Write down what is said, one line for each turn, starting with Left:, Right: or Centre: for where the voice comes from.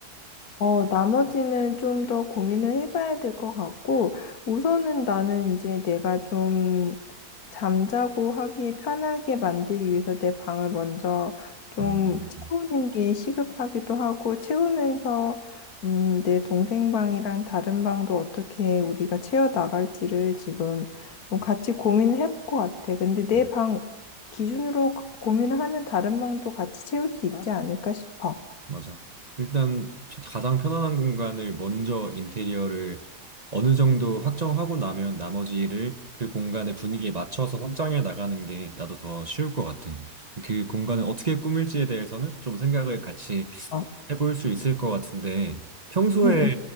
Left: 어, 나머지는 좀 더 고민을 해봐야 될 것 같고, 우선은 나는 이제 내가 좀 잠자고 하기 편하게 만들기 위해서 내 방을 먼저 좀
Right: 음,
Left: 채우는 게 시급하기도 하고, 채우면서, 음, 내 동생 방이랑 다른 방도 어떻게 우리가 채워 나갈지를 지금 좀 같이 고민을 해볼 것 같아. 근데 내
Right: 음.
Left: 방 기준으로 고민을 하면 다른 방도 같이 채울 수 있지 않을까 싶어.
Right: 맞아. 일단 펴- 가장 편안한 공간을 먼저 인테리어를 어느 정도 확정하고 나면 나머지를 그 공간의 분위기에 맞춰서 확장해 나가는 게 나도 더 쉬울 것 같아. 그 공간을 어떻게 꾸밀지에 대해서는 좀 생각을 같이
Left: 어.
Right: 해볼 수 있을 것 같은데 평소에
Left: 응,